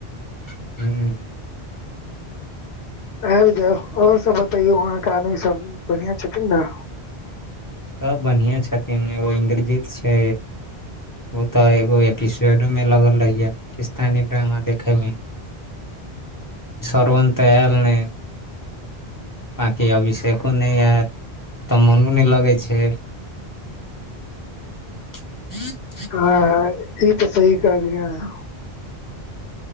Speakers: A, on the left (about 20°); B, on the left (about 80°).
A: <unintelligible>
B: आइब जैब और सब बतैयौ वहाँ केँ आदमी सब बढ़िआ छथिन न।
A: सब बढ़िया छथिन एगो इन्द्रजीत छै ओ तऽ एगो एपिसेडो में लगल रहैय <unintelligible> ड्रामा देखे मे। <inaudible> श्रवण तऽ ऐल नै। बांकी अभिषेको नै ऐत तऽ मोनो नै लगै छै। <unintelligible>
B: <unintelligible> ई तऽ सही कहलिय अहाॅं।